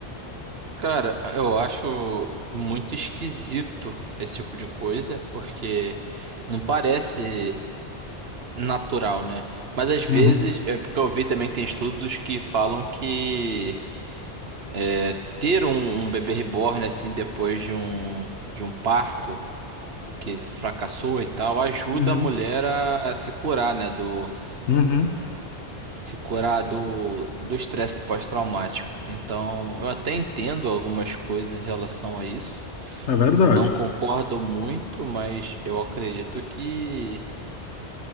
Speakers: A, on the right; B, on the left.
A: Cara, eu acho muito esquisito esse tipo de coisa, porque não parece natural, né? Mas às vezes,
B: Uhum,
A: é porque eu vi também que tem estudos que falam que é, ter um, um bebê reborn assim depois de um, de um parto que fracassou e tal, ajuda
B: uhum,
A: a mulher a se curar, né, Do
B: uhum.
A: se curar do do estresse pós-traumático. Então, eu até entendo algumas coisas em relação a isso.
B: É verdade.
A: Não concordo muito, mas eu acredito que